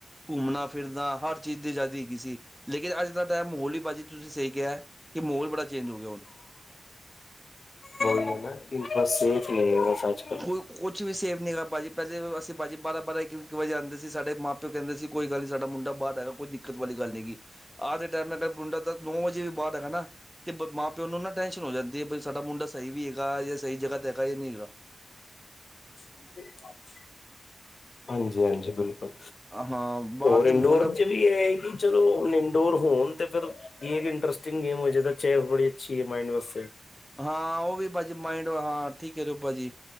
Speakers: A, in the centre; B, on the left.
A: ਘੁੰਮਣਾ ਫਿਰਨਾ ਹਰ ਚੀਜ਼ ਦੀ ਆਜਾਦੀ ਹੈਗੀ ਸੀ। ਲੇਕਿਨ ਅੱਜ ਦਾ ਟਾਈਮ ਮਾਹੌਲ ਹੀ ਭਾਜ਼ੀ ਤੁਸੀਂ ਸਹੀ ਕਿਹਾ ਕਿ ਮਾਹੌਲ ਬੜਾ ਚੇਂਜ ਹੋ ਗਿਆ ਹੁਣ।
B: ਬੋਲਦੇ ਨਾ ਇਨਥੜ ਸੇਫ ਲ <inaudible> ਬਸ ਆਜ ਕੱਲ
A: ਕੋਈ ਕੁਛ ਵੀ ਸੇਫ ਨਹੀਂ ਹੈਗਾ ਭਾਜੀ ਪਹਿਲੇ ਅਸੀਂ ਭਾਜੀ ਬਾਰਾਂ ਬਾਰਾਂ ਇੱਕ ਇੱਕ ਵਜੇ ਆਉਂਦੇ ਸੀ ਸਾਡੇ ਮਾਪ। ਕਹਿੰਦੇ ਸੀ ਕੋਈ ਗੱਲ ਨਹੀਂ ਸਾਡਾ ਮੁੰਡਾ ਬਾਹਰ ਹੈਗਾ ਕੋਈ ਦਿੱਕਤ ਵਾਲੀ ਗੱਲ ਨਹੀ ਹੈਗੀ। ਆਦੇ ਟਾਈਮ ਅਰ ਗੁੰਡਾ ਤਾਂ ਨੌ ਵਜੇ ਵੀ ਬਾਹਰ ਹੈ ਹਨਾ। ਤੇ ਮਾਂ ਪਿਓ ਨੂੰ ਨਾ ਟੈਸ਼ਨ ਹੋ ਜਾਂਦੀ ਹੈ ਬ ਸਾਡਾ ਮੁੰਡਾ ਸਹੀ ਵੀ ਹੈਗਾ ਜਾਂ ਸਹੀ ਜਗ੍ਹਾ ਤੇ ਹੈਗਾ ਜਾਂ ਨਹੀਂ ਹੈਗਾ।
B: ਹਾਂਜੀ, ਹਾਂਜੀ, ਹਾਂ ਜੀ ਬਿਲਕੁਲ
A: ਹਾਂ ਬਾਹਰ
B: ਹੋਰ
A: ਦੇ
B: ਇੰਡੋਰ
A: ਮਾਹੌਲ ਨਾਲ
B: ਚ। ਵੀ ਇਹ ਹੈ ਕਿ ਚਲੋ ਇੰਡੋਰ ਹੋਣ ਤੇ ਫਿਰ। ਇਹ ਇੱਕ ਇੰਟਰਰੇਸਟਿੰਗ ਗੇਮ ਹੋ ਜੇ ਚੈਸ ਬੜੀ ਅੱਛੀ ਹੈ ਮਾਈਡ ਵਾਸਤੇ।
A: ਹਾਂ, ਉਹ ਵੀ ਭਾਜੀ ਮਾਈਂਡ ਹਾਂ ਠੀਕ ਐ ਭਾਜੀ